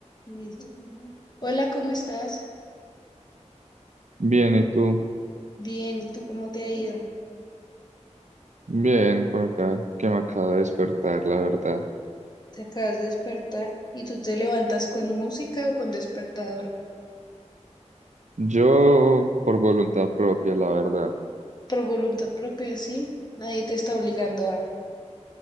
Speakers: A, on the left; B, on the right.
A: Listo. Hola, ¿cómo estás?
B: Bien, ¿y tú?
A: Bien, ¿y tú cómo te ha ido?
B: Bien, por acá, que me acaba de despertar, la verdad.
A: Te acabas de despertar y tú te levantas con música o con despertador.
B: Yo, por voluntad propia, la verdad.
A: Por voluntad propia, sí. Nadie te está obligando a.